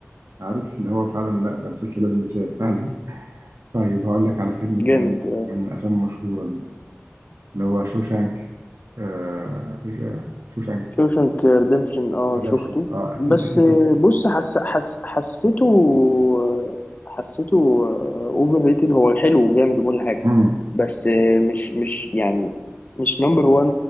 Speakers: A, on the right (about 80°); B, on the left (about 35°).
A: عارف اللي هو فعلا لا ده مسلسل لازم يتشاف فعلا <laughs> طيب هقول لك على فيلم كمان
B: جامد آه.
A: من الافلام المشهوره اللي هو شوشانك آه ر- شوشانك
B: شوشنك ريديمشن اه
A: ريدمشن
B: شفته
A: اه اكيد
B: بس
A: اكيد
B: آه،
A: شفته
B: بص حس حس حسيته آه، حسيته اوفر ريتد هو حلو وجامد وكل حاجه
A: مم.
B: بس آه، مش مش يعني مش نمبر 1